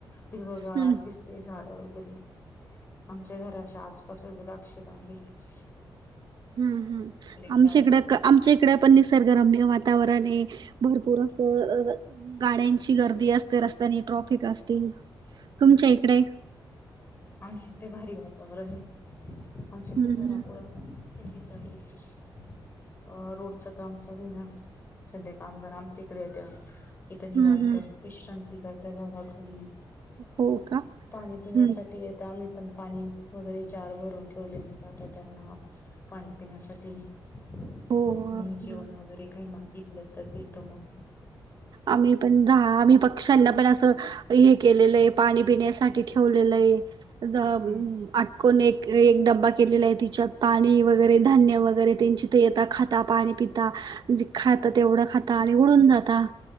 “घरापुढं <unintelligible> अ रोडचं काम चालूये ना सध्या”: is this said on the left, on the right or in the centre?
Left